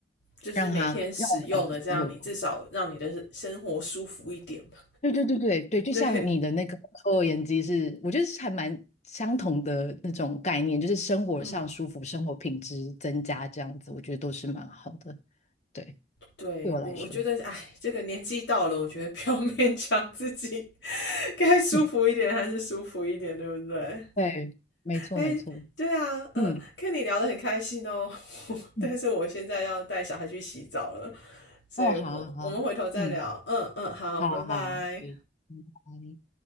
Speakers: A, on the left; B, on the left.
A: 就是每天使用的，
B: 让他让我感觉很稳固。
A: 这样你至少让你的生活舒服一点嘛。
B: 对对对对对，就像你的那个抽油烟机是，
A: 对，
B: 我觉得是还蛮相同的那种概念，就是生活上舒服，
A: 嗯，
B: 生活品质增加这样子，我觉得都是蛮好的。对，
A: 对我我觉得，
B: 对我来说，
A: 哎，这个年纪到了，我觉得 <laughs> 不要勉强自己，该舒服一点还是舒服一点，
B: 嗯
A: 对不对？
B: 对，没错没错，
A: 哎，对啊，嗯，
B: 嗯
A: 跟你聊得很开心哦，<laughs>
B: 嗯，
A: 但是我现在要带小孩去洗澡了，所以我我们回头再聊。
B: 哦，好啊好啊，嗯。
A: 嗯嗯，好，
B: 好好，
A: 拜拜。
B: 对，拜拜。